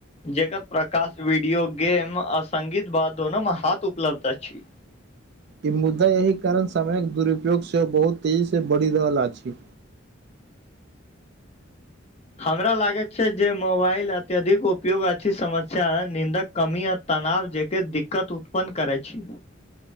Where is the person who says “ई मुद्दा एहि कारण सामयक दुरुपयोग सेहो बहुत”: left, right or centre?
Right